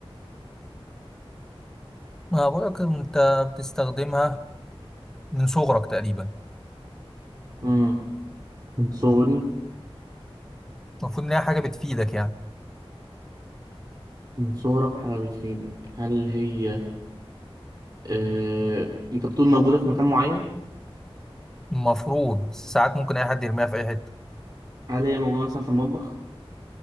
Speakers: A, in the centre; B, on the right.
A: ما بقولك انت بتستخدمها من صغرك تقريبا
B: مم. من صغري
A: المفروض ان هي حاجه بتفيدك يعني
B: من صغرك حاجة بتفيدك هل هي آه... انت بتقول موجودة في مكان معين
A: المفروض بس ساعات ممكن اي حد يرميها في اي حته
B: هل هي موجودة مثلا في المطبخ